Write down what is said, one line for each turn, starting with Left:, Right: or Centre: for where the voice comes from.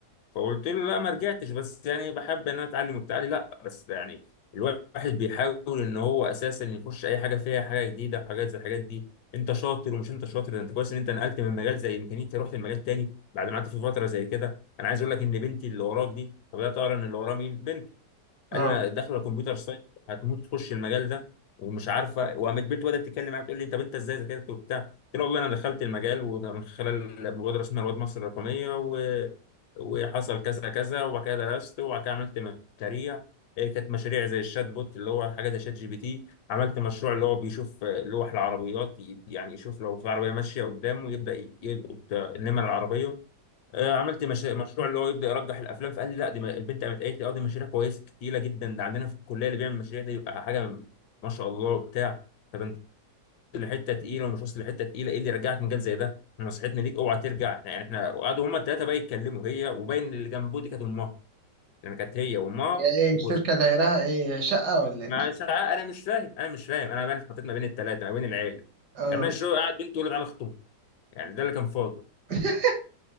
Left: فقلت له لا ما رجعتش بس يعني بحب ان انا اتعلم وبتاع لي لا بس يعني الواحد بيحاول ان هو اساسا يخش اي حاجه فيها حاجه جديده حاجات زي الحاجات دي انت شاطر ومش انت شاطر ده انت كويس ان انت نقلت من مجال زي ميكانيكا رحت لمجال تاني بعد ما قعدت في فتره زي كده انا عايز اقول لك ان بنتي اللي وراك دي فبدات اقرا ان اللي وراه مين بنت
Right: اه
Left: قال لي انا داخله كمبيوتر ساينس هتموت تخش المجال ده ومش عارفه وقامت بنت بدات تتكلم معايا بتقول لي طب انت بنت ازاي ذاكرت وبتاع قلت لها والله انا دخلت المجال ومن خلال مبادره اسمها رواد مصر الرقميه و... وحصل كذا كذا وبعد كده درست وبعد كده عملت مشاريع إيه، كانت مشاريع زي الشات بوت اللي هو حاجه زي شات جي بي تي عملت مشروع اللي هو بيشوف آه، لوح العربيات ي- يعني يشوف لو في عربيه ماشيه قدامه يبدا ي- يلقط آه، نمر العربيه آه، عملت مش... مشروع اللي هو يبدا يرجح الافلام فقال لي لا دي م- البنت قامت قالت لي اه دي مشاريع كويسه تقيله جدا ده عندنا في الكليه اللي بيعمل مشاريع دي بيبقى حاجه م- ما شاء الله وبتاع فده انت واصل لحته تقيله ومش واصل لحته تقيله ايه اللي يرجعك مجال زي ده نصيحتنا ليك اوعى ترجع إحنا- يعني احنا وقعدوا هما الثلاثه بقى يتكلموا هي وباين اللي جنبه دي كانت امها لان كانت هي وامها
Right: هي ايه
Left: وجوزها
Right: الشركة دايرها ايه شقة ولا ايه
Left: مع ساعة انا مش فاهم انا مش فاهم انا بقى اتحطيت ما بين الثلاثه ما بين العيله
Right: اه
Left: كمان شو قاعد بنت تقول له تعالى خطوبه يعني ده اللي كان فاضل
Right: <laughs>